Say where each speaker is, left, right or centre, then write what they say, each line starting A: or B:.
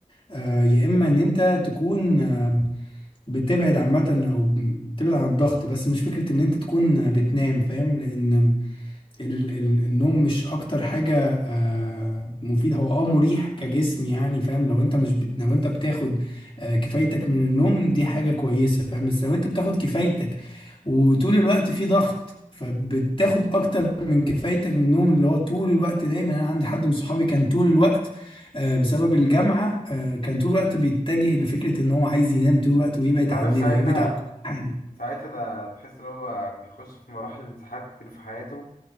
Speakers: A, on the left; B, on the left.
A: آه، يا اما ان انت تكون آه، بتبعد عامة او بتبعد عن الضغط بس مش فكرة ان انت تكون آه، بتنام فاهم لان ال- ال- النوم مش اكتر حاجة آه، مفيدة هو اه مريح كجسم يعني فاهم لو انت مش بت... لو انت بتاخد آه، كفايتك من النوم دي حاجة كويسة فاهم بس لو انت بتاخد كفايتك وطول الوقت في ضغط فبتاخد اكتر من كفايتك من النوم اللي هو طول الوقت دايما انا عندي حد من صحابي كان طول الوقت آه، بسبب الجامعة آه، كان طول الوقت بيتجه لفكرة ان هو عايز ينام طول الوقت ويبعد
B: انت
A: عننا
B: عارف ساعتها
A: يبعد عن كل حاجة
B: ساعتها ده تحس ان هو بيخش في مراحل انسحاق كتير في حياته